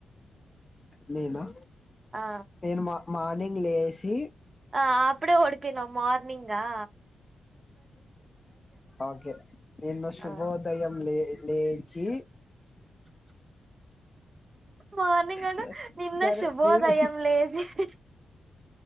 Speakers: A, on the left; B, on the right.
A: మీమా
B: ఆ
A: ఏన్ మా మార్నింగ్ లేసి
B: ఆ అప్పుడే ఓడిపోయినావ్ మార్నింగ్ ఆ
A: ఓకే నిన్న శుభోదయం
B: ఆ
A: లే లేచి
B: మార్నింగ్ అను
A: స-
B: నిన్న
A: సరే
B: శుభోదయం
A: నేను
B: లేచి <inaudible>